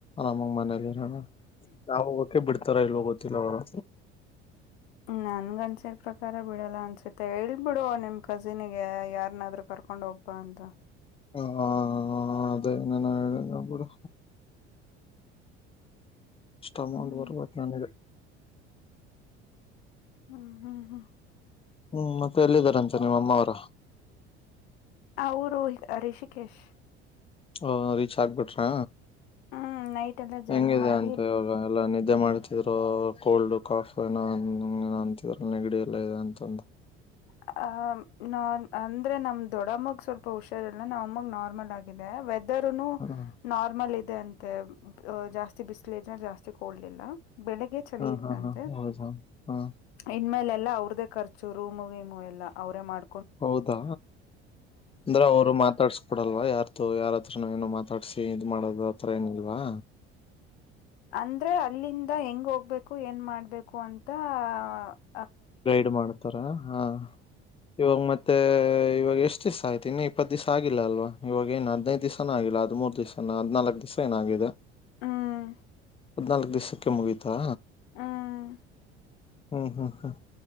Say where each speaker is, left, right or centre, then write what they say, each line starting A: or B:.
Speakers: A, on the left (about 15°); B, on the left (about 70°).
A: ನಮ್ಮಗ ಮನೇಲಿ. ಹ ನಾವು <unintelligible> ಬಿಡ್ತತ ಮಾಡ್ತಾರೋ ಇಲ್ಲವ ಗೊತ್ತಿಲ್ಲ ಅವರು.
B: ಹು ನನಗ <unintelligible> ಪ್ರಕಾರ ಬಿಡಲ್ಲ ಅನ್ಸುತ್ತೆ ಹೇಳ್ಬಿಡು ನಿಮ್ ಕಜಿನಿಗೆ ಯಾರನ್ನಾದರೂ ಕರ್ಕೊಂಡ್ ಹೋಗ್ಬಾಂತಾ.
A: ಹ ಅದೇ ನನಾ ಹೇಳಿಲಾಬಿಡು ಇಷ್ಟೊಂದು
B: ಹ್ಮ್
A: ಅಮೌಂಟ್ ಬರಬೇಕ ನನಗ.
B: ಹ್ಮ್ ಹ್ಮ್ ಹ್ಮ್
A: ಹ್ಮ್ ಮತ್ತೆ ಎಲ್ಲಿದ್ದಾರಂತೆ ನಿಮ್ಮ ಅಮ್ಮ ರ
B: ಅವರು ರಿಷಿಕೇಶ್
A: ಹ ರೀಚ್ ಆಗ್ಬಿಟ್ರಾ.
B: ಹ್ಮ್ ನೈಟ್ ಎಲ್ಲ ಜರ್ನಿ
A: ಹೆಂಗಿದೆ
B: ಮಾಡಿ
A: ಅಂತ ಇವಾಗ ಎಲ್ಲಾ ನಿದ್ದೆ ಮಾಡತಿದ್ರು ಕೋಲ್ಡ್ ಕಾಫ <unintelligible> <unintelligible> ನೆಗಡಿ ಎಲ್ಲಾ ಇದೆ ಅಂ <inaudible>
B: <unintelligible> ಹಾ ನಾನ ಅಂದ್ರೆ ನಮ್ ದೊಡಮ್ಮಗ್ ಸ್ವಲ್ಪ ಹುಷಾರಲ್ಲ ನಮ್ಮಮ್ಮಗ್ ನಾರ್ಮಲ್ ಆಗಿದೆ ಇದ್ದರನ್ನು
A: ಹ
B: ನಾರ್ಮಲ್ ಇದ ಇದೆಯಂತೆ ಜಾಸ್ತಿ ಬಿಸಲ <unintelligible> ಜಾಸ್ತಿ ಕೋಲ್ಡ ಇಲ್ಲಾ. ಬೆಳಿಗ್ಗೆ ಚಳಿ
A: ಹಾ
B: ಇತ್ತಂತೆ
A: ಹಾ ಹಾ ಹೌದಾ ಹ
B: ಇನ್ ಮೇಲೆಲ್ಲಾ ಅವರ. ಇವರದೇ ಖರ್ಚು ರೂಮು ಗಿಮು ಎಲ್ಲ ಅವ್ರೇ ಮಾಡ
A: ಹೌದಾ ಅಂದ್ರೆ ಅವರು ಮಾತಾಡ್ಸ್ಕೊಡಲ್ವಾ ಯಾರ್ದು ಯಾರ ತ್ರ ಏನೋ ಮಾತಾಡ್ಸಿ ಇದ ಮಾಡೋದು ಆತ್ರ ಏನ ಇಲ್ವಾ.
B: ಅಂದ್ರೆ ಅಲ್ಲಿಂದ ಹೆಂಗ್ ಹೋಗ್ಬೇಕು ಏನ್ ಮಾಡ್ಬೇಕು ಅಂತ ಆ.
A: ಗೈಡ್ ಮಾಡ್ತಾರ ಆ ಇವಾಗ ಮತ್ತ ತ್ತೆ ಇವಾಗ ಎಷ್ಟು ದಿವಸ ಆಯಿತು ಇನ್ನು ಇಪ್ಪತ್ ದಿವಸ್ ಆಗಿಲ್ಲ ಅಲ್ವಾ ಇವಾಗ ಏನು ಹದಿನೈದು ದಿವಸ್ ಆಗಿಲ್ಲ ಹದಿಮೂರ ದಿವಸ್. ನ ಹದ್ನಾಲ್ಕು ದಿವಸ ನಾವ ಇರ
B: ಹ್ಮ್
A: ಹದ್ನಾಲ್ಕು ದಿವಸಕ್ಕೆ ಮುಗೀತಾ.
B: ಹ್ಮ್
A: ಹ್ಮ್ ಹ್ಮ್ ಹ್ಮ್